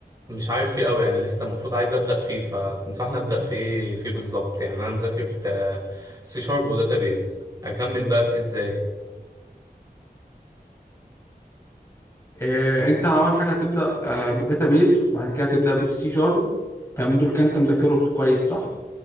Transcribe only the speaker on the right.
مش عارف فيه قوي يعني لسه المفروض عايز ابدا فيه فتنصحني ابدا في ايه فيه بالظبط يعني انا مذاكر في سي شارب وداتابيز اكمل بقى فيه ازاي